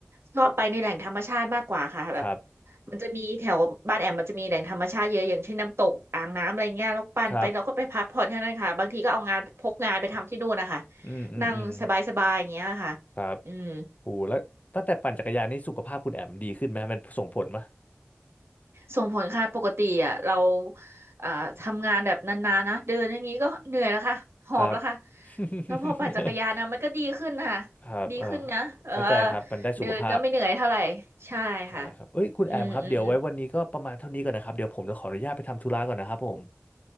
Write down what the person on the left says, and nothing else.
ครับ
ครับอืมอืมอืม
ครับ
โหแล้วตั้งแต่ปั่นจักรยานนี่สุขภาพคุณแอมดีขึ้นไหมมันส่งผลไหม
ครับ
<laughs> ครับเออ
เข้าใจครับ มันได้สุขภาพ
ใช่ครับเอ้ย คุณแอมครับ
เดี๋ยวไว้วันนี้ก็ประมาณเท่านี้ก่อนนะครับ เดี๋ยวผมจะขออนุญาตไปทำธุระก่อนนะครับผม